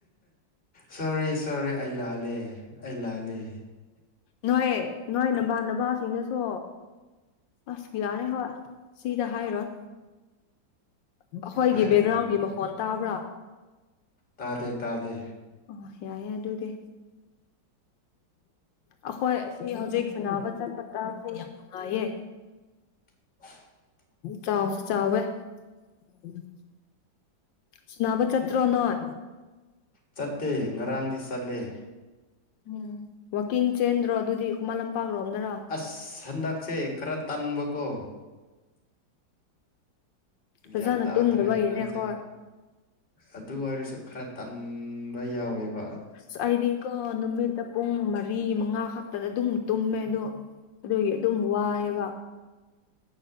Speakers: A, on the left; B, on the left.
A: ꯁꯣꯔꯤ ꯁꯣꯔꯤ ꯑꯩ ꯂꯥꯜꯂꯦ ꯑꯩ ꯂꯥꯜꯂꯦ꯫
B: ꯅꯣꯏ ꯅꯣꯏ ꯅꯃꯥꯟꯅꯕꯁꯤꯡꯗꯨꯁꯨ ꯑꯁ ꯌꯥꯔꯦ ꯍꯣꯏ ꯁꯤꯗ ꯍꯥꯏꯔꯣꯏ꯫ ꯑꯩꯈꯣꯏꯒꯤ
A: ꯍꯥꯏꯔꯅꯨ
B: ꯕꯦꯛꯒ꯭ꯔꯥꯎꯟꯒꯤ
A: ꯍꯥꯏꯔ
B: ꯃꯈꯣꯟ ꯇꯥꯕ꯭ꯔꯥ꯫
A: ꯇꯥꯗꯦ ꯇꯥꯗꯦ꯫
B: ꯑꯣ ꯌꯥꯏꯦ ꯑꯗꯨꯗꯤ꯫ ꯑꯩꯈꯣꯏ ꯑꯁꯤ ꯍꯧꯖꯤꯛ꯫ ꯁꯥꯟꯅꯕ ꯆꯠꯄꯗꯥꯥꯁ ꯌꯥꯝ ꯅꯨꯡꯉꯥꯏꯌꯦ
A: <inaudible>
B: ꯆꯥꯎꯁꯨ ꯆꯥꯎꯋꯦ꯫ ꯎꯝ꯫ ꯁꯅꯥꯕ ꯆꯠꯇꯔꯣ ꯅꯣꯏ꯫
A: ꯆꯠꯇꯦ ꯉꯔꯥꯡꯗꯤ ꯆꯠꯂꯦ꯫
B: ꯎꯝ ꯋꯥꯛꯀꯤꯡ ꯆꯦꯟꯗ꯭ꯔꯣ ꯑꯗꯨꯗꯤ ꯍꯨꯃꯟ ꯂꯝꯄꯥꯛꯂꯣꯝꯗꯔꯣ꯫
A: ꯑꯁ ꯍꯟꯗꯛꯁꯦ ꯈꯔ ꯇꯟꯕꯀꯣ꯫
B: ꯐꯖꯅ
A: ꯒ꯭ꯌꯥꯟ ꯇꯥꯗ꯭ꯔꯦ
B: ꯇꯨꯝꯗꯕꯒꯤꯅꯦꯈꯣꯏ꯫
A: ꯍꯟꯗꯛꯁꯦ ꯑꯗꯨ ꯑꯣꯏꯔꯁꯨ ꯈꯔ ꯇꯟꯕ ꯌꯥꯎꯋꯦꯕ꯫
B: ꯑꯁ ꯑꯩꯗꯤꯀꯣ ꯅꯨꯃꯤꯠꯇ ꯄꯨꯡ ꯃꯔꯤ ꯃꯉꯥ ꯈꯛꯇꯗ ꯑꯗꯨꯝ ꯇꯨꯝꯃꯦ ꯑꯗꯣ꯫ ꯑꯗꯨꯒꯤ ꯑꯗꯨꯝ ꯋꯥꯏꯑꯦꯕ꯫